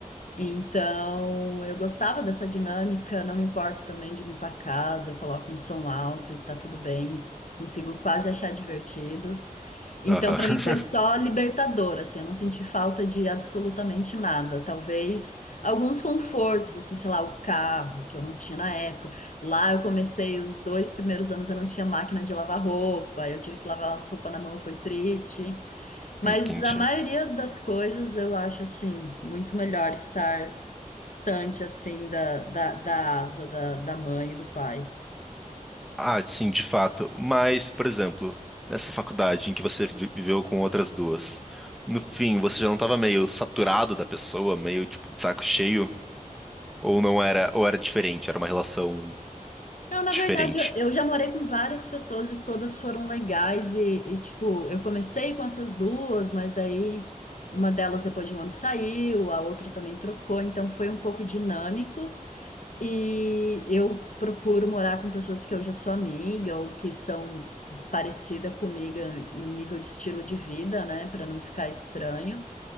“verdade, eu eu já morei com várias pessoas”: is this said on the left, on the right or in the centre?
Left